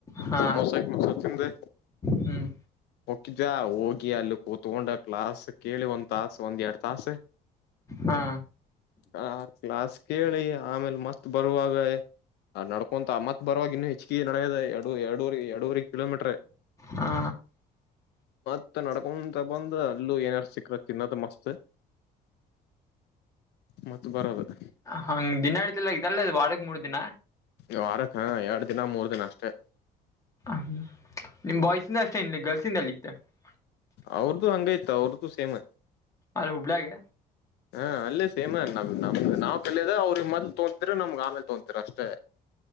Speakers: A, on the left; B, on the left.
A: ಹಾ
B: ಸಮೋಸ ಗಿಮೋಸ ತಿಂದು
A: ಹ್ಮ್
B: ಮುಕಿದ್ಯಾ ಹೋಗಿ ಅಲ್ಲಿ ಕೂತ್ಗೊಂಡ ಕ್ಲಾಸ್ ಕೇಳಿ ಒಂದ್ ತಾಸ ಒಂದ್ ಎರಡ್ ತಾಸ
A: ಹಾ
B: ಹ ಕ್ಲಾಸ್ ಕೇಳಿ ಆಮೇಲೆ ಮತ್ ಬರುವಾಗ ಆ ನಡ್ಕೊಂತ ಆ ಮತ್ ಬರುವಾಗ ಇನ್ನು ಹೆಚ್ಚಿಗೆ ನಡೆಯದ ಎರಡು ಎರಡೂರಿ ಎಡೂರಿ ಕಿಲೋಮೀಟ್ರ
A: ಹಾ
B: ಮತ್ತ ನಡ್ಕೊ ಬಂದ್ ಅಲ್ಲೂ ಏನಾರ ಸಿಕ್ಕ್ರ ತಿನ್ನದು ಮಸ್ತ್ ಮತ್ ಬರೋದು
A: ಹಂಗ್ ದಿನಾಡತಿಲ್ಲ ಇದಗ್ದಲ್ಲ ಅದು ವಾಡಕ್ ಮೂರ್ ದಿನ
B: ನೀ ವಾರಕ್ಕ ಎರಡ್ ದಿನ ಮೂರ್ ದಿನ ಅಷ್ಟೆ
A: ್ಮ ನಿಮ್ ಬಾಯ್ಸಿಂದ ಅಷ್ಟೇ ಇ ಗರ್ಲ್ಸ್ಿಂದ ಅಲ್ಲಿ ಇತ್ತ <unintelligible>
B: ಅವ್ರದುು ಹಂಗೈ್ತ ಅವ್ರದ್ದು ಸೇಮ್
A: ಹುಬ್ಳ್ಳಾಗೆ
B: ಹಾ ಅಲ್ಲೇ ಸೇಮ ನಮ ನಮ್ದ ನಾ ಲದ ಅವ್ರ ಮೊದ್ಲು ತೋಂತತಿೀರಿ ನಮ್ಗ್ಗೆ ಆಮೇಲೆ ತೊೋತಿರ ಅಷ್ಟೇ